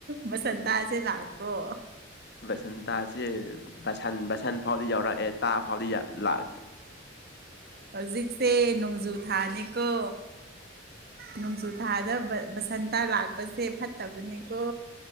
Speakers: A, on the right; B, on the left.
A: ꯕꯁꯟꯇꯥꯥꯁꯦ ꯂꯛꯄ꯭ꯔꯣ
B: ꯕꯁꯟꯇꯥꯁꯦ ꯕꯁꯟ ꯕꯁꯟ ꯐꯥꯎꯗꯤ ꯌꯥꯎꯔꯛꯑꯦ ꯇꯥ ꯐꯥꯎꯗꯤ ꯂꯥꯛ
A: ꯍꯧꯖꯤꯛꯁꯦ ꯅꯣꯡꯖꯨ ꯊꯥꯅꯤꯀꯣ ꯅꯣꯡꯖꯨ ꯊꯥꯗ ꯕꯁꯟꯇꯥ ꯂꯛꯄꯁꯦ ꯐꯠꯇꯕꯅꯤꯀꯣ